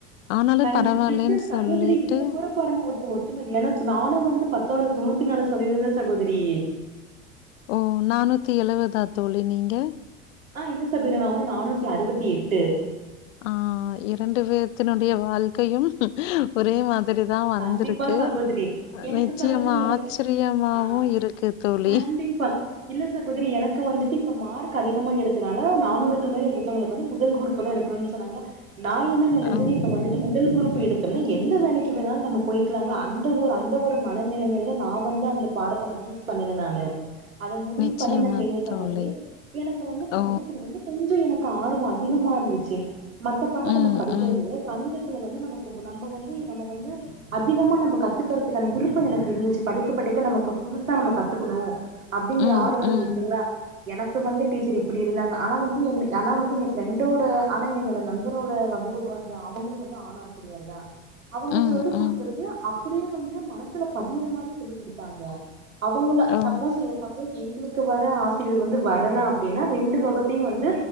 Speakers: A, on the left; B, on the right.
A: ஆனாலு
B: கண்
A: பரவால்லன்
B: சிஸ்டர்
A: சொல்லிட்டு
B: சகோதரி இதுல கூட பாருங்க ஒருத்த ஒத்தும எனக் நானு வந்து பத்தாவதுல தொண்ணூத்து நாலு சதவீதோ தா சகோதரி
A: ஓ நானூத்தி எழுவதா தோழி நீங்க
B: ஆ இல்ல சகோதரி நா வந்து நானூத்தி அறுவத்தி எட்டு
A: ஆ இரண்டு பேத்தினுடைய வாழ்க்கையும் ஒரே மா திரிதா வந்திருக்கு
B: கண்டிப்பா சகோதரி எனக்கு
A: நிச்சயமா
B: சகோதரி எனக்கு
A: ஆச்சரியமாவு
B: ஆ
A: இருக்கு தோழி.
B: கண்டிப்பா இல்ல சகோதரி எனக்கு வந்துட்டு இப்போ மார்க் அதிகமாக எடுத்தனால நானூறுக்கு மேலே எடுத்தவங்களுக்கு வந்து முதல் குருப்பு தா எடுக்கணுன்னு சொன்னாங்களா நான் என்ன நெனைச்சேன்னு
A: ஓ!
B: இப்ப வந்துட்டு முதல் குருப்பு எடுத்தோம்னா எந்த வேலைக்கு எப்டி வேணாலு நம்ம போய்கலாங்களா அந்த ஒரு அந்த ஒரு மனநிலைமையிலதா நா வந்து அந்த பாடத்த நா சூஸ் பண்ண நானு அத முடிவு
A: நிச்சயமா
B: பண்ணி நா சேர்ந்த சகோதரி
A: தோழி.
B: எனக்கு வந்து கணிதத்துல
A: ஓ!
B: வந்து கொஞ்சோ எனக்கு ஆர்வோ அதிகமா இருந்துச்சு மத்த பாடத்த
A: ம்,
B: நம்ம படிக்கறத
A: ம்.
B: விட கணித த்துல வந்து நமக்கு நம்ம வந்துயி நம்ம வந்து வ ந்து அதிகமா நம்ம கத்துக்குறதுக்கான விருப்போ எனக்கு இருந்துச்சு படிக்க படிக்க நமக்கு புதுசா நம்ம கத்துக்கணு அப்டிங்கற
A: ம்,
B: ஆர்வோ
A: ம்.
B: இருந்துச்சுங்களா எனக்கு வந்து டீச்சர் இப்டி இருந்தாங்க ஆனா வந்து என் ஆனா வந்து என் ஃப்ரெண்டோட ஆனா என்னோட நண்பரோட வகுப்புக் வந்து அவங்களு வந்து ஆணாசிரியர் தா அவங்க
A: ம்,
B: சொல்லிக்
A: ம்.
B: குடுக்குறது அப்டியே வந்து மனசு மனசுல பதிற மாரி சொல்லி் குடுத்தாங்க அவங்கள
A: ஓ!
B: சப்போஸ் எ சப் எங்களுக்கு வர ஆசிரியர் வந்து வரலா அப்டின்னா ரெண்டு வகுப்பையு வந்து